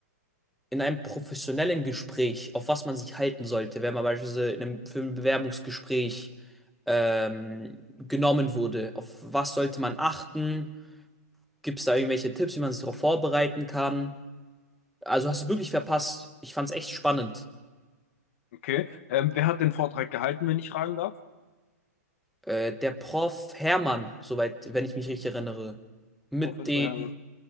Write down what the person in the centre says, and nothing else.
in einem professionellen Gespräch, auf was man sich halten sollte, wenn man beispielsweise in einem, für ein Bewerbungsgespräch ähm, genommen wurde. Auf was sollte man achten? Gibt es da irgendwelche Tipps, wie man sich darauf vorbereiten kann? Also hast du wirklich verpasst. Ich fand es echt spannend.
Äh, der Prof. Hermann, soweit, wenn ich mich richtig erinnere, mit
dem,